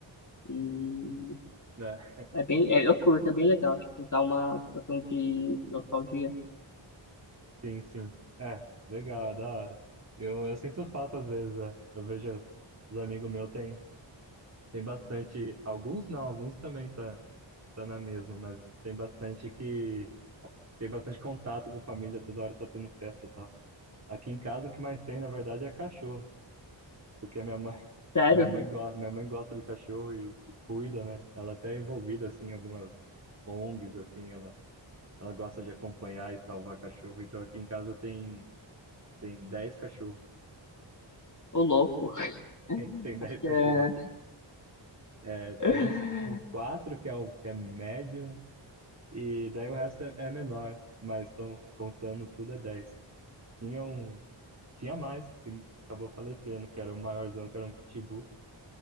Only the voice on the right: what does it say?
é,
sim, sim. É, legal, é da hora. Eu, eu sinto falta às vezes, né? Eu vejo os amigos meus tem, tem bastante, alguns não, alguns também tá. tá na mesma, mas tem bastante que. Tem bastante contato com família, toda hora tá tendo festa e tal. Aqui em casa o que mais tem, na verdade, é cachorro, porque a minha mãe, <laughs>
a minha mãe gosta, minha mãe gosta de cachorro e, e cuida, né? Ela até é envolvida assim em algumas ONGs assim, ela ela gosta de acompanhar e salvar cachorro. Então aqui em casa tem tem 10 cachorros. <laughs>
Tem tem 10
cachorros
aqui. É,
tem uns, uns quatro que é o que é médio e daí o resto é, é menor, mas estão contando tudo é dez Tinha um, Tinha mais, que acabou falecendo, que era o maiorzão, que era um pitbull,